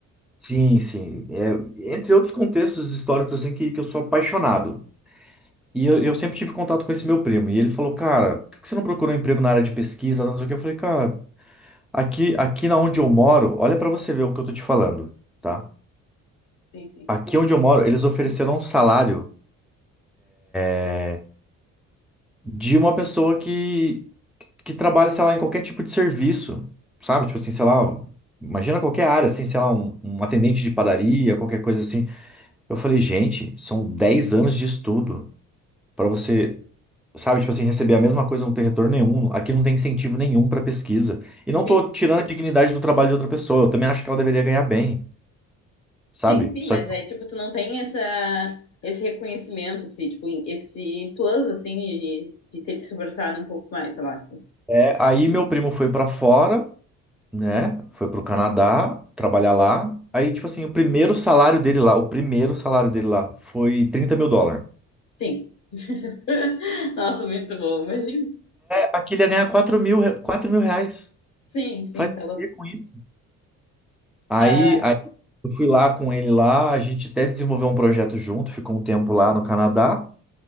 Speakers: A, in the centre; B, on the left.
A: Sim, sim, é, entre outros contextos históricos assim que, que eu sou apaixonado. E eu, eu sempre tive contato com esse meu primo, e ele falou: "Cara, por que que você não procurou emprego na área de pesquisa?" Não sei o que. Eu falei: "Cara, Aqui, aqui na onde eu moro, olha pra você ver o que eu tô te falando, tá?
B: sim, sim.
A: Aqui onde eu moro, eles ofereceram um salário é, de uma pessoa que, que trabalha, sei lá, em qualquer tipo de serviço, sabe? Tipo assim, sei lá, um- imagina qualquer área, assim, sei lá, um, um atendente de padaria, qualquer coisa assim. Eu falei, gente, são 10 anos de estudo pra você, sabe? Tipo assim, receber a mesma coisa, não ter retorno nenhum. Aqui não tem incentivo nenhum pra pesquisa. E não
B: Sim.
A: tô tirando a dignidade do trabalho de outra pessoa, eu também acho que ela deveria ganhar bem, sabe?
B: Sim, sim,
A: Só
B: mas aí, tipo, tu não tem essa, esse reconhecimento, assim, tipo, esse plus, assim, de, de ter te esforçado um pouco mais, sei lá.
A: É, aí meu primo foi pra fora, né? Foi pro Canadá trabalhar lá. Aí, tipo assim, o primeiro salário dele lá, o primeiro salário dele lá foi 30 mil dólares.
B: Sim. <laughs> Nossa, muito bom, imagina.
A: Aqui ele ia ganhar 4 mil, re- 4 mil reais.
B: Sim, sim,
A: Faz
B: tá
A: o
B: louco.
A: quê com isso? Aí,
B: Ah,
A: aí eu fui lá com ele lá, a gente até desenvolveu um projeto junto, ficou um tempo lá no Canadá,